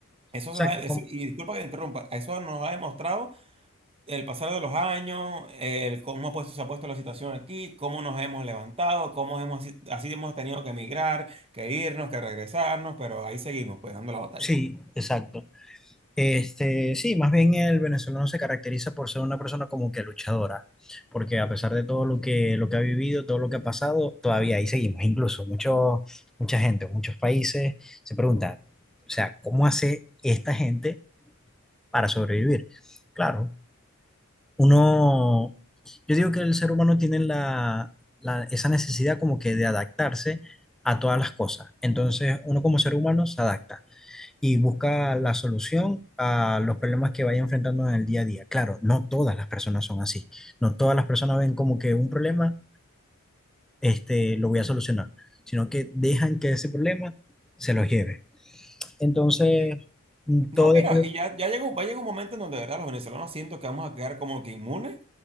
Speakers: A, on the right; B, in the centre.
A: eso,
B: exacto,
A: se da- eso-
B: como-
A: y disculpa que te interrumpa, eso nos ha demostrado el pasar de los años, el cómo ha puesto- se ha puesto la situación aquí, cómo nos hemos levantado, cómo hemos, si, así hemos tenido que emigrar, que irnos, que regresarnos, pero ahí seguimos, pues dando la batalla.
B: sí, exacto. Este, sí, más bien el venezolano se caracteriza por ser una persona como que luchadora, porque a pesar de todo lo que, lo que ha vivido, todo lo que ha pasado, todavía ahí seguimos. Incluso mucho, mucha gente, muchos países se preguntan, o sea, ¿cómo hace esta gente para sobrevivir? Claro, uno, yo digo que el ser humano tiene la, la- esa necesidad como que de adaptarse a todas las cosas. Entonces, uno como ser humano se adapta y busca la solución a los problemas que vaya enfrentando en el día a día. Claro, no todas las personas son así. No todas las personas ven como que un problema, este, lo voy a solucionar, sino que dejan que ese problema se los lleve. Entonces,
A: Sí,
B: mm,
A: No,
B: todo
A: mira,
B: depende.
A: y ya, ya llegó, va a llegar un momento en donde de verdad los venezolanos siento que vamos a quedar como que inmunes,